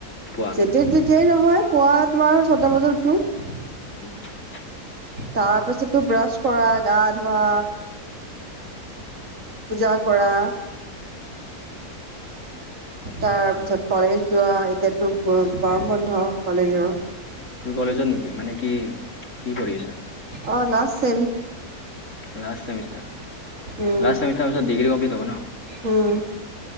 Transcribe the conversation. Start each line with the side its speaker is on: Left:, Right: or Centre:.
Left: পুৱা।
Right: যেতিয়াই তেতিয়াই নহয়, পুৱা তোমাৰ ছটা বজাত উঠো।
Left: <inaudible>
Right: তাৰ পাছতো ব্ৰাছ কৰা গা ধোৱা পূজা কৰা তাৰ পিছত কলেজ যোৱা এতিয়াতো, গৰ গৰম বন্ধ কলেজৰ।
Left: তুমি কলেজত নেকি? মানে কি, কি পঢ়ি আছা?
Right: অ', last sem.
Left: Last semester
Right: um
Left: last semester পিছত, ডিগ্ৰী কমপ্লিট হ'ব ন।
Right: উম।